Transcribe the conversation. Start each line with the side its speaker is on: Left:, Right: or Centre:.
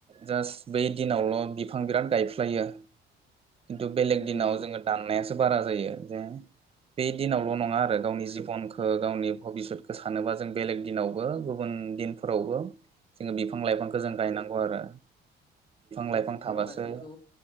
Right: जास्ट बै दिनावल बिफां बिराद गायफ्लायो दो बेलेग
Left: उम
Right: दिनाव जोंङो दान्नायासो बारासो जायो जे
Left: उम
Right: बे दिनावल' नङा आरो गावनि जिबनखौ गावनि भबिसतखौ सानोबा जों बेलेग दिनावबो गुबुन दिनफोरावबो जोंङो बिफां लाइफांखौ जों गायनांगौ आरो
Left: जों
Right: लाइफां
Left: बिफां
Right: थाबासो
Left: लाइफांखौ